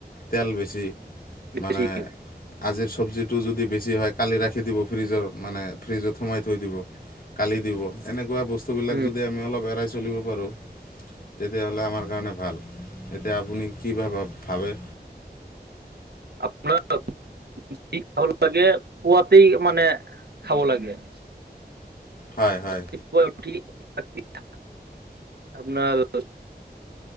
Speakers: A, on the left; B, on the right.
A: তেল বেছি। মানে
B: বেছি
A: আজিৰ চব্জিটো যদি বেছি হয় কালি ৰাখি দিব ফ্ৰিজৰ মানে ফ্ৰিজত সোমাই থৈ দিব, কালি দিব এনেকুৱা বস্তুবিলাক
B: উম
A: যদি আমি অলপ এৰাই চলিব পাৰোঁ। তেতিয়াহ'লে আমাৰ কাৰণে ভাল, এতিয়া আপুনি কি বা ভাবে।
B: আপোনাৰ <unintelligible> খাব লাগে পুৱাতেই মানে খাব লাগে।
A: হয়। হয়
B: ৰাতিপুৱা উঠি <unintelligible> আপোনাৰ